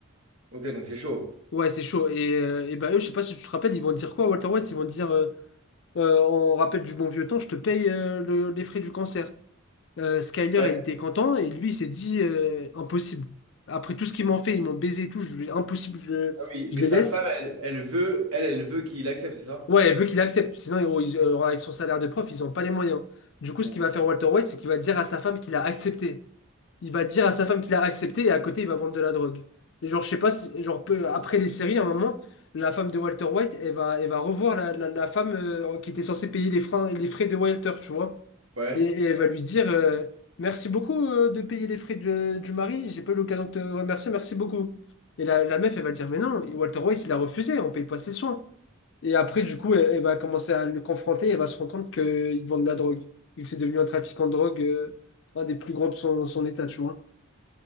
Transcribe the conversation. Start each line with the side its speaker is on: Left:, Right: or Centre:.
Right: Ok, donc c'est chaud.
Left: Ouais, c'est chaud. Et, euh, et bah, eux, je sais pas si tu te rappelles, ils vont dire quoi à Walter White? Ils vont dire, euh, Euh, on rappelle du bon vieux temps, je te paye euh, le- les frais du cancer. Euh, Skyler,
Right: Ouais.
Left: il était content et lui, il s'est dit euh, impossible. Après tout ce qu'ils m'ont fait, ils m'ont baisé et tout, je, lui- impossible, je,
Right: Ah oui,
Left: je
Right: mais
Left: les
Right: sa
Left: laisse.
Right: femme, elle, elle veut, elle, elle veut qu'il accepte, c'est ça?
Left: Ouais, elle veut qu'il accepte, sinon il- il- euh, avec son salaire de prof, ils n'ont pas les moyens. Du coup,
Right: Bon.
Left: ce qu'il va faire Walter White, c'est qu'il va dire à sa femme qu'il a accepté. Il va dire à sa femme qu'il a accepté et à côté, il va vendre de la drogue. Et genre, je sais pas, si- genre peu- après les séries, à un moment, la femme de Walter White, elle va, elle va revoir la, la- la femme euh, qui était censée payer les freins, les frais de Walter, tu vois.
Right: Ouais.
Left: Et, et elle va lui dire euh, Merci beaucoup euh, de payer les frais de- du mari, j'ai pas eu l'occasion de te remercier, merci beaucoup. Et la, la meuf, elle va dire Mais non, Walter White, il a refusé, on paye pas ses soins. Et après, du coup, elle, elle va commencer à le confronter et elle va se rendre compte qu'il vend de la drogue. Il s'est devenu un trafiquant de drogue, euh, un des plus grands de son, son état, tu vois.